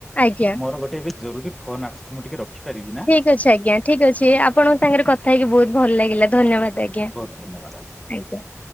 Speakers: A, on the left; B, in the centre.
A: ଆଜ୍ଞା।
B: ମୋରୋ ଗୋଟେ ଏବେ ଜରୁରୀ ଫୋନ୍ ଆସୁଛି ମୁଁ ଟିକେ ରଖିପାରିବି ନା।
A: ଠିକ୍ ଅଛି ଆଜ୍ଞା ଠିକ ଅଛି ଆପଣଙ୍କ ସାଙ୍ଗେରେ କଥା ହେଇକି ବୋହୁତ ଭଲ ଲାଗିଲା ଧନ୍ୟବାଦ ଆ
B: ବୋହୁତ ଧନ୍ୟବାଦ <unintelligible>
A: ଆଜ୍ଞା।